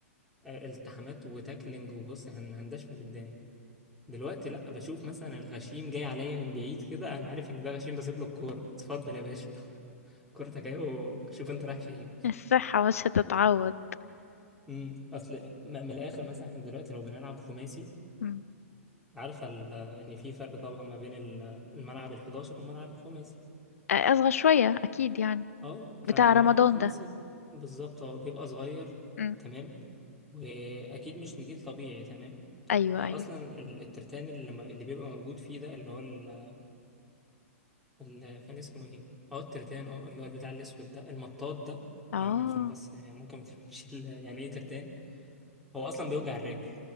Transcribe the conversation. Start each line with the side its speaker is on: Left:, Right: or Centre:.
Centre: آه، التحامات وتاكلينج وبصي هن- هندش من الدنيا دلوقتي لأ بشوف مثلا الغشيم جاي عليا من بعيد كده أنا عارف إن ده غشيم بسيب له الكورة اتفضل يا باشا <laughs> كورتك أهي وشوف أنت رايح فين
Left: الصحة مش هتتعوض
Centre: امم اصل م- من الاخر مثلا احنا دلوقتي لو بنلعب خماسي
Left: مم.
Centre: عارفه ال- ان في فرق طبعا ما بين ال- الملعب ال11 والملعب الخماسي
Left: آه، أصغر شوية أكيد يعني
Centre: اه فالملعب
Left: بتاع رمضان
Centre: الخماسي
Left: ده
Centre: بالظبط اه بيبقى صغير
Left: مم.
Centre: تمام واكيد مش نجيل طبيعي تمام
Left: أيوه
Centre: اصلا
Left: أيوه
Centre: ال- الترتان اللي, م- اللي بيبقى موجود فيه ده اللي هو ال- اللي كان اسمه ايه اه الترتان اه اللي هو البتاع الاسود ده المطاط ده
Left: اه
Centre: تمام عشان بس ممكن ما تفهمش ال- يعني ايه ترتان هو اصلا بيوجع الرجل